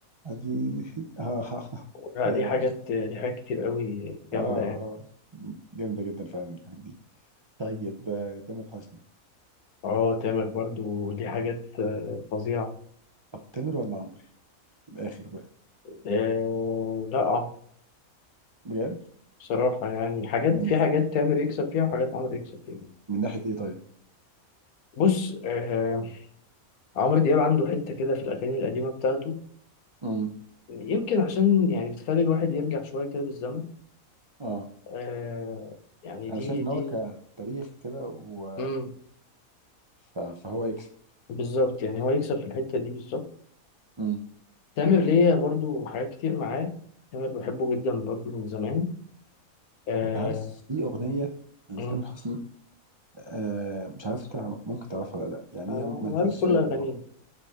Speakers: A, on the right; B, on the left.
A: اديني <laughs> اه
B: لا
A: يا
B: دي حاجات دي حاجات كتير قوي جامده
A: اه
B: يعني
A: اه جامده جدا فعلا الحاجات دي طيب آه، تامر حسني
B: اه تامر برضو دي حاجات آه، فظيعه
A: طب تامر ولا عمرو من الاخر بقى
B: آه لا
A: بجد
B: بصراحه يعني حاجات
A: من
B: في حاجات تامر يكسب فيها وحاجات عمرو يكسب فيها
A: من ناحيه ايه طيب
B: بص آه عمرو دياب عنده حته كده في الاغاني القديمه بتاعته
A: امم
B: يمكن عشان يعني بتخلي الواحد يرجع شويه كده بالزمن
A: اه
B: آه يعني
A: انا
B: دي
A: شايف ان
B: دي
A: هو كتاريخ كده و...
B: مم.
A: ف... فهو يكسب
B: بالظبط يعني هو يكسب في الحتة دي بالظبط
A: امم
B: تامر ليا برضو حاجات كتير معاه تامر بحبه جدا برضو من زمان آه
A: انت عارف في اغنيه لتامر
B: مم.
A: حسني آه مش عارف انت ممكن تعرفها ولا لا يعني
B: آه،
A: هي ما
B: أنا
A: نزلتش
B: عارف كل
A: في اي
B: أغانيه
A: البوم